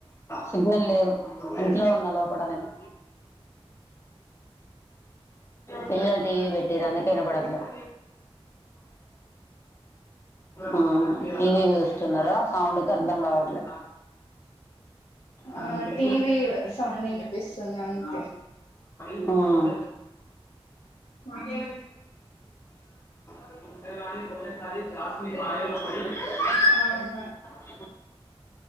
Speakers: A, on the left (about 25°); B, on the left (about 80°).
A: సిగ్నల్ లేదు ఇంట్లో ఉన్నా లోపటా నేను పిల్లలు టీవి పెట్టినారు అందుకే వినపడట్లేదు ఉమ్ టీవీ చూస్తున్నారా సౌండ్ కి అర్ధం కావట్లే అే
B: ఆ టీవీ సౌండ్ వినిపిస్తుంది అందుకే
A: <inaudible> ఉమ్
B: అవునా
A: ఉవా కొ స చ బ లో ప <inaudible>
B: అవునా
A: <inaudible>